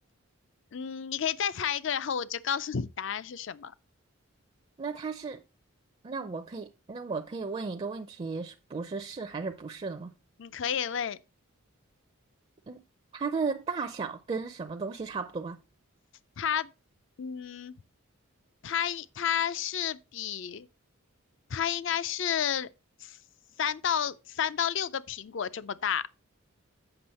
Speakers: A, on the left; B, on the right.
A: 嗯，你可以再猜一个，然后我就告诉你答案是什么。
B: 那它是，那我可以，那我可以问一个问题，是不是是还是不是的吗？
A: 你可以问
B: 嗯，它的大小跟什么东西差不多啊
A: 它，嗯，它它是比它应该是三到三到六个苹果这么大，